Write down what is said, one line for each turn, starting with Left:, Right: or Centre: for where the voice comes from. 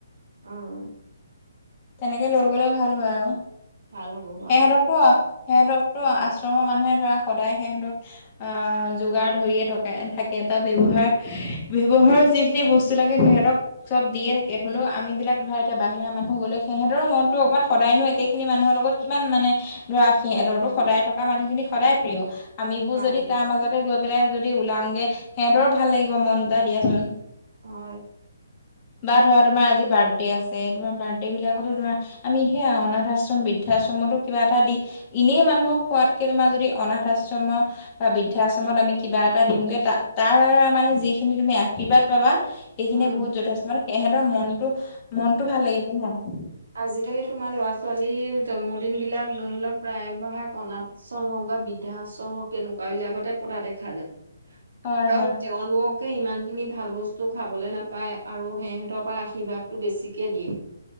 Right: অ'
Left: তেনেকে লৈ গলে ভাল হয় আও,
Right: ভাল হ'ব ভাল
Left: সিহঁতকো
Right: হ'ব
Left: সিহঁতকতো আশ্ৰমৰ মানুহে ধৰা সদায় সিহঁতক আ যোগাৰ ধৰিয়ে থকা থাকে এটা ব্যৱহাৰ ব্যৱহাৰৰ যিখিনি ব বস্ত লাগে সিহঁতক চব দিয়ে থাকে, হ'লেও আমি বিলাক ধৰা এতিয়া বাহিৰা মানুহ গ'লে সিঁহতৰ মনটো অকণমান সদায়নো একে খিনি মানুহৰ লগত কিমান মানে, ধৰা সিহঁতৰো
Right: উম
Left: সদায় মানুহখিনি সদায় প্ৰিয় আমিবোৰ
Right: পাই
Left: যদি
Right: চাগে
Left: তাৰ মাজতে গৈ পেলাই যদি ওলাওগে, সিহঁতৰো ভাল লাগিব মনটা দিয়াচোন।
Right: হয়।
Left: বা ধৰা তোমাৰ আজি বাৰ্থডে আছে, তোমাৰ বাৰ্থডে বিলাক তো ধৰা আমি সেই অনাথ আশ্ৰম বৃদ্ধাশ্ৰমতো কিবা এটা দি এনেই মানুহক খোৱাতকে তোমাৰ যদি অনাথ আশ্ৰমৰ বা বৃদ্ধাশ্ৰমত আমি কিবা এটা দিওঁগে, তা তাৰ মানে যিখিনি তুমি আশীৰ্বাদ পাবা সেইখিনিয়ে
Right: উম
Left: বহুত যথেষ্ট মানে সিহঁতৰ মনটো মনটো ভাল লাগিব ন।
Right: আজিকালি তোমাৰ ল'ৰা ছোৱালীৰ জন্মদিন বিলাক, ধৰি লওক প্ৰায় ভাগ অনাথ আশ্ৰম হওক বা বৃদ্ধা আশ্ৰম হওক কেনেকুৱা বিলাকতে পতা দেখা যায়।
Left: হয়
Right: কাৰণ
Left: হয়
Right: তেওঁলোক কে ইমানখিনি ভাল বস্তু খাবলে নাপায় আৰু সিহঁতৰ পৰা আশীৰ্বাদটো বেছিকৈ দিয়ে।